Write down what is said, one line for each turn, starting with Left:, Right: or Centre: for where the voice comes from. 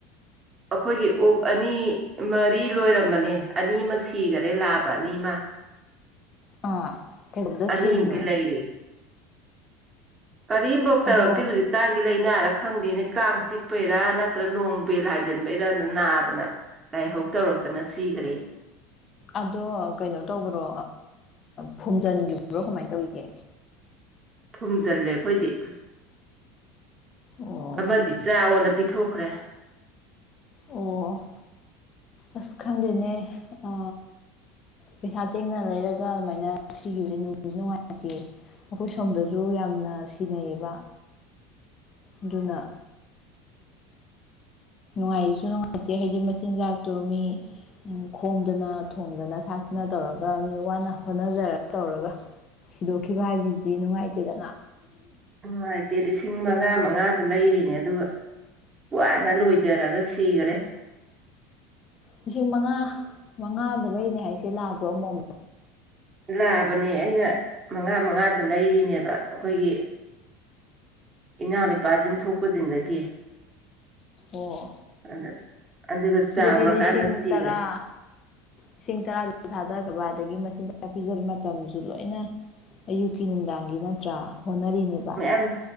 Right: ꯑꯩꯈꯣꯏꯒꯤ ꯑꯣꯛ ꯑꯅꯤ ꯃꯔꯤ ꯂꯣꯏꯔꯝꯕꯅꯤ ꯑꯅꯤ ꯑꯃ ꯁꯤꯈꯔꯦ ꯂꯥꯕ ꯑꯅꯤ ꯑꯃ
Left: ꯑꯥ ꯀꯩꯗꯧꯕꯗ ꯁꯤꯔꯤꯅꯣ
Right: ꯑꯅꯤꯃꯗꯤ ꯂꯩꯔꯤ ꯀꯔꯤꯝꯐꯧ
Left: ꯑꯗꯣ
Right: ꯇꯧꯔꯛꯇꯦ ꯍꯧꯖꯤꯛ ꯀꯥꯡꯒꯤ ꯂꯥꯏꯅꯥꯔ ꯈꯪꯗꯦꯅꯦ ꯀꯥꯡ ꯆꯤꯛꯄꯩꯔꯥ ꯅꯠꯇ꯭ꯔ ꯅꯣꯡ ꯕꯦꯜ ꯍꯥꯏꯖꯤꯟꯕꯩꯔꯅ ꯅꯥꯗꯅ ꯂꯥꯏꯍꯧ ꯇꯧꯔꯛꯇꯅ ꯁꯤꯈꯔꯦ
Left: ꯑꯗꯣ ꯀꯩꯅꯣ ꯇꯧꯕ꯭ꯔꯣ ꯐꯨꯝꯖꯤꯟꯒꯤ꯭ꯔꯣ ꯀꯃꯥꯏꯅ ꯇꯧꯔꯤꯒꯦ
Right: ꯐꯨꯝꯖꯤꯜꯂꯦ ꯑꯩꯈꯣꯏꯗꯤ
Left: ꯑꯣ
Right: ꯑꯃꯗꯤ ꯆꯥꯎꯅ ꯄꯤꯊꯣꯛꯈ꯭ꯔꯦ
Left: ꯑꯣ ꯑꯁ ꯈꯪꯗꯦꯅꯦ ꯑ ꯄꯩꯁꯥ ꯇꯤꯡꯅꯅ ꯂꯩꯔꯒ ꯑꯗꯨꯃꯥꯏꯅ ꯁꯤꯈꯤꯕꯁꯦ ꯅꯨꯡꯉꯥꯏꯇꯦ ꯑꯩꯈꯣꯏ ꯁꯣꯝꯗꯁꯨ ꯌꯥꯝꯅ ꯁꯤꯟꯅꯩꯌꯦꯕ ꯑꯗꯨꯅ ꯅꯨꯡꯉꯥꯏꯁꯨ ꯅꯨꯡꯉꯥꯏꯇꯦ ꯍꯥꯏꯗꯤ ꯃꯆꯤꯟꯖꯥꯛꯇꯣ ꯃꯤ ꯈꯣꯝꯗꯅ ꯊꯣꯡꯗꯅ ꯊꯥꯛꯇꯅ ꯇꯧꯔꯒ ꯃꯤ ꯋꯥꯅ ꯍꯣꯠꯅꯖꯔꯒ ꯇꯧꯔꯒ ꯁꯤꯗꯣꯛꯈꯤꯕ ꯍꯥꯏꯕꯁꯤꯗꯤ ꯅꯨꯡꯉꯥꯏꯇꯦꯗꯅ
Right: ꯅꯨꯡꯉꯥꯏꯇꯦ ꯂꯤꯁꯤꯡ ꯃꯉꯥ ꯃꯉꯥꯗ ꯂꯩꯔꯤꯅꯦ ꯑꯗꯨꯒ ꯋꯥꯅ ꯂꯣꯏ ꯁꯤꯖꯔꯒ ꯁꯤꯈꯔꯦ
Left: ꯂꯤꯁꯤꯡ ꯃꯉꯥ ꯃꯉꯥꯗꯨ ꯂꯩꯅꯤ ꯍꯥꯏꯁꯦ ꯂꯥꯕ꯭ꯔꯣ ꯑꯃꯣꯝ
Right: ꯂꯥꯕꯅꯦ ꯑꯩꯅ ꯃꯉꯥ ꯃꯉꯥꯗ ꯂꯩꯔꯤꯅꯦꯕ ꯑꯩꯈꯣꯏꯒꯤ ꯏꯅꯥꯎ ꯅꯨꯄꯥꯁꯤꯡ ꯊꯣꯛꯄ ꯁꯤꯡꯗꯒꯤ
Left: ꯑꯣ
Right: ꯑꯗ ꯑꯗꯨꯒ ꯆꯥꯎꯔꯀꯥꯟꯗ
Left: ꯑꯗꯨꯗꯤ ꯂꯤꯁꯤꯡ
Right: ꯁꯤꯈ꯭ꯔꯦ
Left: ꯇꯔꯥ ꯂꯤꯁꯤꯡ ꯇꯔꯥꯗꯨꯁꯨ ꯊꯥꯗꯕ ꯑꯗꯒꯤ ꯃꯆꯤꯟꯖꯥꯛꯥꯛ ꯄꯤꯖꯕ ꯃꯇꯝꯁꯨ ꯂꯣꯏꯅ ꯑꯌꯨꯛꯀꯤ ꯅꯨꯡꯗꯥꯡꯒꯤ ꯅꯠꯇ꯭ꯔꯥ ꯍꯣꯠꯅꯔꯤꯅꯦꯕ
Right: ꯃꯌꯥꯝ